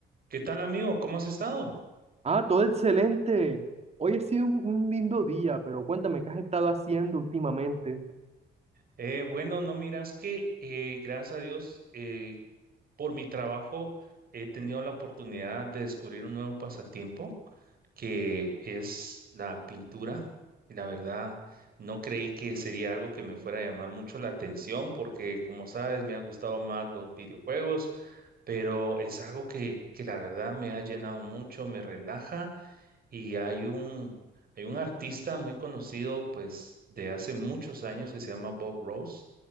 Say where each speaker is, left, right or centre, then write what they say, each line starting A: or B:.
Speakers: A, on the right (about 50°); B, on the right (about 30°).
A: ¿Qué tal, amigo? ¿Cómo has estado?
B: Ah, todo excelente. Hoy ha sido un, un lindo día, pero cuéntame qué has estado haciendo últimamente.
A: Eh, bueno, no miras que, eh, gracias a Dios, eh, por mi trabajo he tenido la oportunidad de descubrir un nuevo pasatiempo que es la pintura. Y la verdad, no creí que sería algo que me fuera a llamar mucho la atención porque, como sabes, me ha gustado más los videojuegos, pero es algo que, que la verdad me ha llenado mucho, me relaja Y hay un, hay un artista muy conocido, pues, de hace muchos años que se llama Bob Ross